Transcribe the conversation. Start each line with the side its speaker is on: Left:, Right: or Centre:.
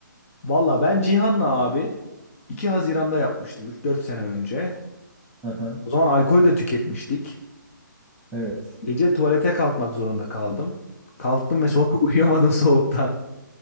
Left: Valla ben Cihan'la abi 2 Haziran'da yapmıştım üç dört sene önce.
Centre: Hı hı,
Left: O zaman alkol de tüketmiştik.
Centre: Evet.
Left: Gece tuvalete kalkmak zorunda kaldım. Kalktım ve sonra <laughs> uyuyamadım soğuktan.